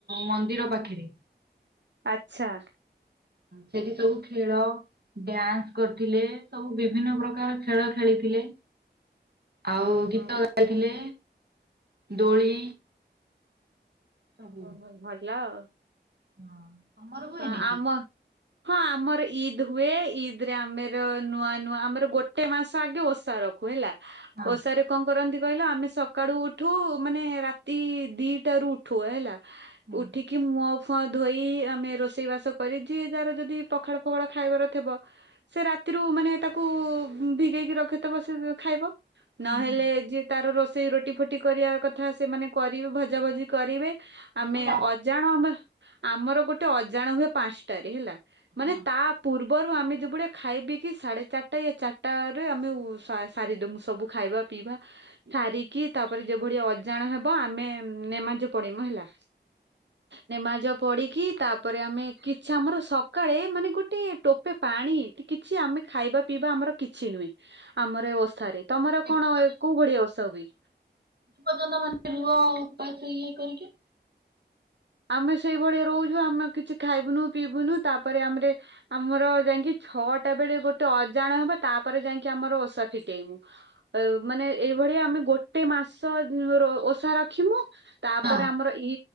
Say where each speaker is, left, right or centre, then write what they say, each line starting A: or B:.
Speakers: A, on the right; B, on the right.
A: ମନ୍ଦିର ପାଖରେ
B: ଆଛା
A: ସେଠି ସବୁ ଖେଳ ଡ୍ୟାନ୍ସ କରିଥିଲେ, ସବୁ ବିଭିନ୍ନ ପ୍ରକାର ଖେଳ ଖେଳିଥିଲେ।
B: <inaudible>
A: ଆଉ
B: ଓହୋ
A: ଗୀତ ଗାଇଥିଲେ, ଦୋଳି ସବୁ।
B: ଓହୋ, ଭଲ ଆଉ
A: ହଁ ତମର ହୁଏନି
B: ହଁ ଆମ
A: କି?
B: ହଁ ଆମର ଇଦ ହୁଏ, ଇଦ ରେ ଆମର ନୂଆ ନୂଆ ଆମର ଗୋଟେ ମାସ ଆଗେ ଓଷା ରଖୁ ହେଲା,
A: ହଁ
B: ଓଷାରେ କଣ କରନ୍ତି? କହିଲ ଆମେ ସକାଳୁ ଉଠୁ, ମାନେ ରାତି ଦିଟ ରୁ ଉଠୁ ହେଲା।
A: ହଁ
B: ଉଠିକି ମୁହ ଫୁ ଧୋଇ ଆମେ ରୋଷେଇ ବାସ କରି ଯିଏ ଯାହାର ଯଦି ପଖାଳ ଫଖାଳ ଖାଇବାର ଥିବ ସେ ରାତିରୁ ମାନେ ତାକୁ ଭିଗେଇକି ରଖିଥବ ସେ ଖାଇବ। ନହେଲେ
A: ହଁ ହଁ।
B: ଯିଏ ତାର ରୋଷେଇ ରୋଟି ଫୁଟି କରିବା କଥା ସେମାନେ କରିବେ ଭଜା ଭଜି କରିବେ।
A: ମାନେ
B: ଆମେ
A: ରା ହଁ
B: ଅଜାଣ, ଆମ ଆମର ଗୋଟେ ଅଜାଣ ହୁଏ ପାଞ୍ଚଟାରେ ହେଲା ମାନେ
A: ହଁ
B: ତା ପୂର୍ବ ପୂର୍ବରୁ ଆମେ ଯେଭଳିଆ ଖାଇବ କିି ସାଢ଼େ ଚାରିଟା ୟା ଚାରିଟାରେ ଆମେ ଉ ଶା ସାରିଦମୁ ସବୁ ଖାଇବା ପିଇବା ସାରିକି ତାପରେ ଯେଭଳି ଅଜାଣ ହେବ ଆମେ ନେମାଜ ପଡମୁ ହେଲା ନେମାଜ ପଡିକି ତାପରେ ଆମେ କିଛି ଆମର ସକାଳେ ମାନେ ଗୋଟେ ଟୋପେ ପାଣି କିଛି ଆମେ ଖାଇବା ପିଇବା ଆମର କିଛି ନୁହେଁ ଆମର ଓଷାରେ ତମର
A: କେତେ
B: କଣ
A: ପର୍ଯ୍ୟନ୍ତ
B: କୋଉ ଭଳିଆ ଓଷା ହୁଏ?
A: ପର୍ଯ୍ୟନ୍ତ ମାନେ ରୁହ ଉପାସ ଇଏ କରିକି
B: ଆମେ ସେଇଭଳିଆ ରହୁଛୁ ଆମେ କିଛି ଖାଇବୁନୁ ପିଇବୁନୁ ତାପରେ ଆମେରେ ଆମର ଯାଇକି ଛଅଟା ବେଳେ ଗୋଟେ ଅଜାଣ ହବା ତାପରେ ଯାଇକି ଆମର ଓଷା ଫିଟେଇବୁ ଅ ମାନେ ଏଇଭଳି ଭଳିଆ ଆମେ ଗୋଟେ ମାସ ଓଷା ରଖିମୁ ତାପରେ
A: ହଁ
B: ଆମର ଇ